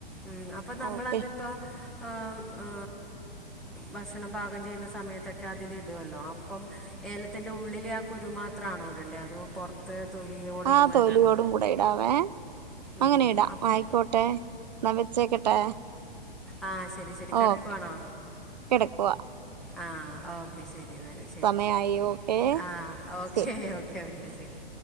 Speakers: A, in the centre; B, on the right.
A: ഉം അപ്പൊ നമ്മളതിപ്പോ
B: ഓക്കെ
A: ആ ആ ഭക്ഷണം പാകം ചെയ്യുന്ന സമയത്തൊക്കെ അതില് ഇടുവല്ലോ അപ്പം ഏലത്തിൻ്റെ ഉള്ളിലെ ആ കുരു മാത്രണോ ഇടണ്ടേ അതോ പുറത്ത് തൊലിയോടെ
B: ആ
A: നമ്മള്
B: തൊലിയോടും
A: ഇടണോ
B: <unintelligible>
A: ഉം,
B: അങ്ങനെ ഇടാം
A: അപ്പം
B: ആയിക്കോട്ടെ എന്നാ വെച്ചേക്കട്ടെ
A: ആ ശരി ശരി കിടക്കുവാണോ
B: ഓക്കെ കിടക്കുവാ
A: ആ ഓക്കെ ശരി എന്നാൽ ശരി
B: സമയായി
A: ശരി
B: ഓക്കെ
A: ആ ഓക്കെ
B: ശരി
A: ഓക്കെ ഓക്കെ ശരി